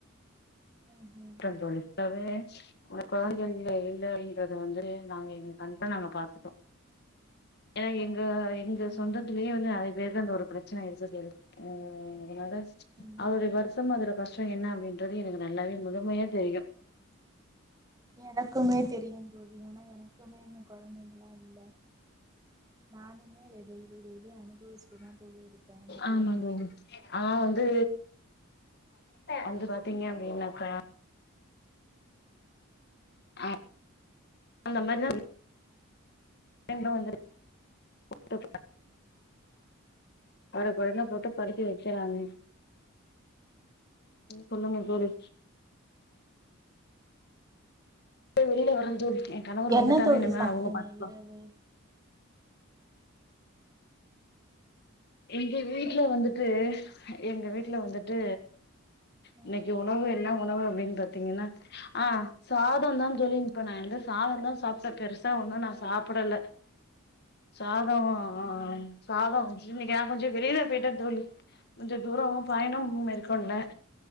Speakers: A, on the right (about 15°); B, on the left (about 50°).
A: ம்ஹும்
B: ருக்க தோழி வேறென்ன உனக்கு ஆர்தல்
A: ம்ஹும்
B: இல்ல இருந்தாலும் தைரிய வந்துரு நாங்க எங்க கமிஷ நாங்க பாத்துட்டோ ஏ என் ஏனா எனது
A: ம்ஹும்
B: சொந்தத்துலே வந்து நெறைய பேரு இந்த ஒரு பிரச்சன ஆயிர்ச்சு தோழி ஆஹ் அதனால
A: ம்ஹும்
B: அவ்ளோடை வர்ஷம் அதுல கஷ் சோ என்ன அப்டின்றது எனக்கு நல்லாவே முழுமையா தெரியு
A: எட குமே தெரியும் ஏனா எனக்குமே இன்ன குழந்தைங்களா இல்ல நான் மே ரடி வெடயே அனுபவிச்சுட்டுதா தோழி இருக்கேன் ந
B: ஆமா
A: கொடும
B: தோழி
A: எல்லாம்
B: ஆனா வந்து வந்து பாத்தீங்க அப்படின்னக்க ஆஹ் அந்த மாரி எங்களும் வந்து போட்டு படப்படன போட்டு படிக்கி வக்கிறாங்க சொல்லுங்க தோழி வெளிய வர தோழி என் கணவர் வந்துட்டாங்க
A: என்ன தோழி
B: என்னிமே
A: சாப்ட்டீங்க
B: அவங்க பாத்துக்கலாம்
A: இரவு
B: எங்க வீட்டுல வந்துட்டு எங்க வீட்டுல வந்துட்டு
A: ம்
B: இன்னைக்கு உணவு என்ன உணவு அப்படின்னு பாத்தீங்கன்னா ஆஹ் சாதம் தா தோழி இப்ப நான் வந்து சாதம் தா சாப்பிட்டேன் பெருசா ஒண்ணும் நான் சாப்பிடல சாத ஆஹ் ஆஹ்
A: ம் ம்
B: சாதம் இன்னைக்கு நா கொஞ்சம் வெளியில போய்ட்டேன் தோழி கொஞ்சம் தூரம் பயணம் உ மேற்கொண்ட
A: ம் ம்